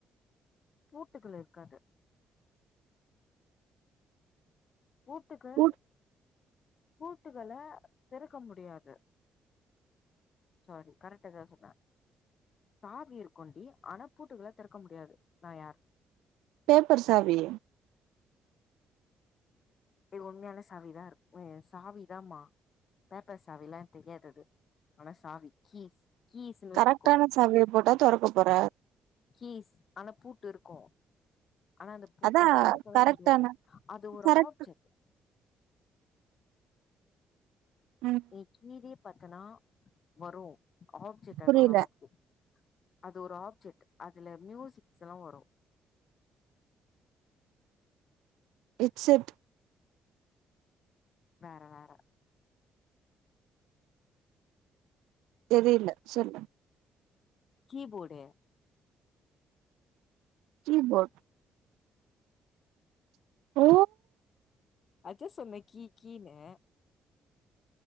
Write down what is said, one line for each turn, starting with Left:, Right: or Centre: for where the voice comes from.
Left: பூட்டுகுள்ள இருக்காது பூட்டுக்கு
Right: பூட்
Left: பூட்டுகள திறக்க முடியாது சாரி கரெக்ட்டாதா சொன்ன சாவி இருக்குடி ஆன பூட்டுகள தறக்க முடியாது நா யார்
Right: பேப்பர் சாவி
Left: உண்மையான சாவிதா இருக்கு சாவிதாமா பேப்பர் சவில்லா தெரியாதாது ஆனா சாவி கீஸ் கீஸ்ன்னு
Right: கரெக்டான
Left: வச்சுக்கோ
Right: சாவிய போட்டா தொரக்க போற
Left: கீஸ் ஆனா பூட்டு இருக்கு ஆனா அந்த பூட்டலா
Right: அதா
Left: தொறக்கவே
Right: கரெக்டான
Left: முடியாது அது ஒரு
Right: கரெக்ட்
Left: ஆப்ஜெக்ட்
Right: ம்
Left: நீ கீலயே பத்தன வரு ஆப்ஜெக்ட்
Right: புரியல
Left: அது ஒரு ஆப்ஜெக்ட் அது ஒரு ஆப்ஜெக்ட் அதுல மியூசிக்ஸ்லா வரு
Right: ஹெட்செட்
Left: வேற வேற
Right: தெரில சொல்லு
Left: கீபோடு
Right: கீபோட் ஓ
Left: அதா சொன்ன கீ கீனு